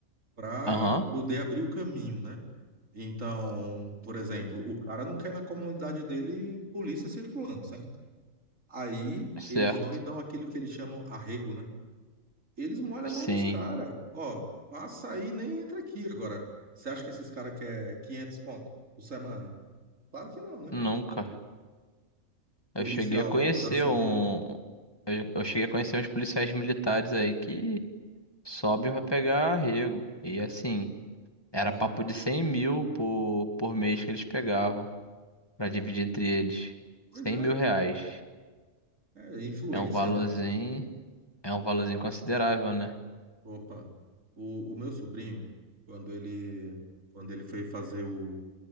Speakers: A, on the right; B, on the left.
A: Para
B: aham,
A: poder abrir o caminho, né? Então, por exemplo, o cara não quer na comunidade dele polícia circulando, certo? Aí
B: certo.
A: eles vão e dão aquilo que eles chamam arrego, né? Eles molham
B: Sim,
A: a mão dos caras. Ó, passa aí, nem entra aqui. Agora, você acha que esses caras querem 500 conto por semana? Claro que não, né?
B: nunca.
A: Policial
B: Eu cheguei a conhecer
A: da civil.
B: um. Eu eu cheguei a conhecer uns policiais militares aí que sobem pra pegar arrego. E assim, era
A: É.
B: papo de 100 mil por, por mês que eles pegavam pra dividir entre eles.
A: Pois
B: cem
A: é,
B: mil reais.
A: é influência,
B: É um valorzinho.
A: né?
B: É um valorzinho considerável, né?
A: Opa, o, o meu sobrinho, quando ele, quando ele foi fazer o,